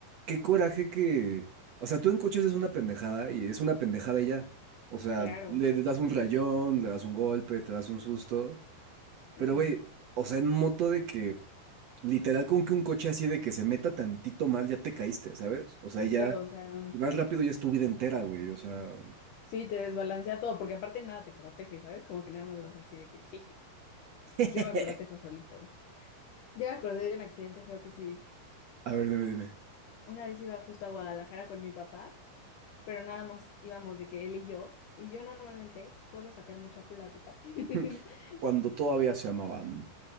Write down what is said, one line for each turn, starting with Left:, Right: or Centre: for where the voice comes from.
Right: qué coraje que. O sea, tú en coches es una pendejada y es una pendejada y ya. O sea,
Left: claro.
Right: le das un rayón, le das un golpe, te das un susto.
Left: Ujú.
Right: Pero, güey, o sea, en moto de que literal con que un coche así de que se meta tantito mal, ya te caíste, ¿sabes? O sea,
Left: Sí,
Right: ya
Left: claro, o sea,
Right: vas rápido y es tu vida entera, güey. O sea.
Left: sí, te desbalancea todo, porque aparte nada te protege, ¿sabes? Como que nada más vas así de que, jeje,
Right: <laughs>
Left: yo me protejo solito. Ya me acordé de un accidente feo que sí vi.
Right: A ver, dime, dime.
Left: Una vez iba justo a Guadalajara con mi papá, pero nada más íbamos de que él y yo, y yo normalmente suelo sacar mucha plática. <laughs>
Right: <laughs> Cuando todavía se amaban.